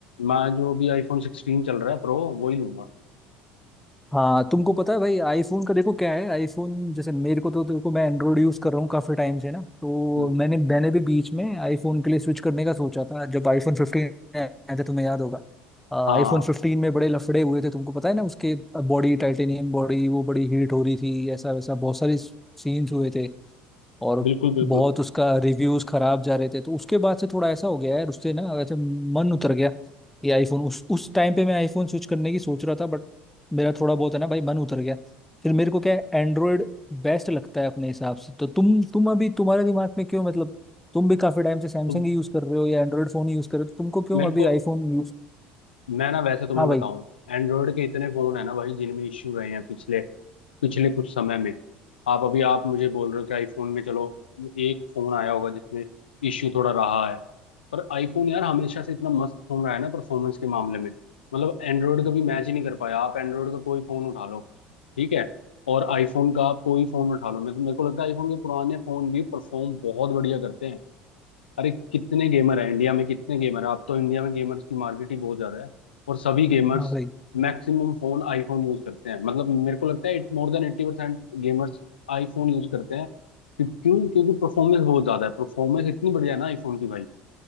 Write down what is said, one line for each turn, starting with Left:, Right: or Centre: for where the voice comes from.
Left: मैं जो अभी आईफोन सिक्सटीन चल रहा है प्रो वो ही लूंगा
Centre: हाँ तुमको पता है भाई आईफोन का देखो क्या है आईफोन जैसे मेरे को तो देखो मैं एंड्रॉइड यूज कर रहा हूँ काफी टाइम से ना तो
Left: हम्म,
Centre: मैंने मैंने भी बीच में आईफोन के लिए स्विच करने का सोचा था जब आईफोन फिफ्टीन आया था तुम्हें याद होगा
Left: हाँ
Centre: आईफोन फिफ्टीन में बड़े लफड़े हुए थे तुमको पता है ना उसके बॉडी टाइटेनियम बॉडी वो बड़ी हीट हो रही थी ऐसा वैसा बहुत सारे सीन्स हुए थे और
Left: बिल्कुल बिल्कुल
Centre: बहुत उसका रिव्यूज खराब जा रहे थे तो उसके बाद से थोड़ा ऐसा हो गया यार उससे ना वैसे मन उतर गया ये आईफोन उस उस टाइम पे मैं आईफोन स्विच करने की सोच रहा था बट मेरा थोड़ा बहुत है ना भाई मन उतर गया फिर मेरे को क्या है, एंड्रॉयड बेस्ट लगता है अपने हिसाब से तो तुम तुम अभी तुम्हारे दिमाग में क्यों मतलब तुम भी काफी टाइम से सैमसंग
Left: तो
Centre: ही यूज कर रहे हो या एंड्रॉयड फोन ही यूज कर रहे हो तो तुमको क्यों
Left: मेरे
Centre: अभी
Left: को
Centre: आईफोन यूज
Left: मैं ना वैसे तुम्हें
Centre: हाँ भाई
Left: बताऊं एंड्रॉयड के इतने फोन है ना भाई जिनमें इश्यू रहे हैं पिछले पिछले कुछ समय में आप अभी आप मुझे बोल रहे हो कि आईफोन में चलो एक फोन आया होगा जिसमें इश्यू थोड़ा रहा है पर आईफोन यार हमेशा से इतना मस्त फोन रहा है ना परफॉर्मेंस के मामले में मतलब एंड्रॉयड का भी मैच ही नहीं कर पाया आप एंड्रॉयड का कोई फोन उठा लो ठीक है और आईफोन का आप कोई फोन उठा लो मेरे मेरे को लगता है आईफोन के पुराने फोन भी परफॉर्म बहुत बढ़िया करते हैं अरे कितने गेमर हैं इंडिया में कितने गेमर हैं आप तो इंडिया में गेमर्स की मार्केट ही बहुत ज्यादा है और सभी gamers
Centre: हाँ भाई
Left: maximum phone iPhone use करते हैं मतलब मेरे को लगता है it more then एट्टी परसेंट gamers iPhone use करते हैं क्यों क्यों? क्योंकि परफॉर्मेंस बहुत ज्यादा है परफॉर्मेंस इतनी बढ़िया है ना आईफोन की भाई